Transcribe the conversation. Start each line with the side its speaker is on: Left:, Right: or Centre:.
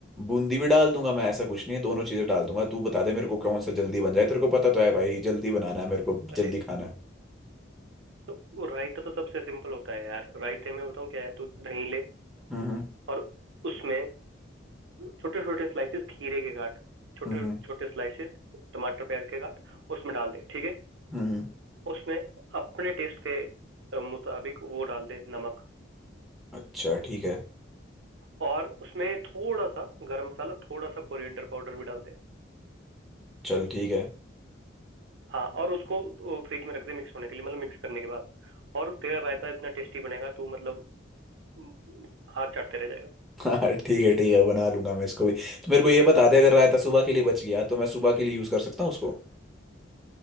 Centre: बूंदी भी डाल दूंगा मैं ऐसा कुछ नहीं है दोनों चीजें डाल दूंगा तू बता दे मेरे को कौन सा जल्दी बन जाए तेरे को पता तो है भाई जल्दी बनाना है मेरे को
Right: अरे
Centre: जल्दी खाना है
Right: तो वो रायता तो सबसे सिंपल होता है यार रायते में बताऊँ क्या है तो दही ले
Centre: हम्म
Right: और उसमें छोटे छोटे स्लाइसेस खीरे के काट छोटे
Centre: हम्म हम्म
Right: छोटे स्लाइसेस टमाटर प्याज के काट उसमें डाल दे ठीक है
Centre: हम्म।
Right: उसमें अपने टेस्ट के अ, मुताबिक वो डाल दे नमक
Centre: अच्छा ठीक है
Right: और उसमें थोड़ा सा गरम मसाला थोड़ा सा कोरिएंडर पाउडर भी डाल दे
Centre: चल ठीक है
Right: हाँ और उसको फ्रिज में रख दे मिक्स होने के लिए मतलब मिक्स करने के बाद और तेरा रायता इतना टेस्टी बनेगा तू मतलब म, हाथ चाटते रह जाएगा
Centre: <laughs> हाँ ठीक है ठीक है बना लूंगा मैं इसको भी तो मेरे को ये बता दे अगर रायता सुबह के लिए बच गया तो मैं सुबह के लिए यूज कर सकता हूँ उसको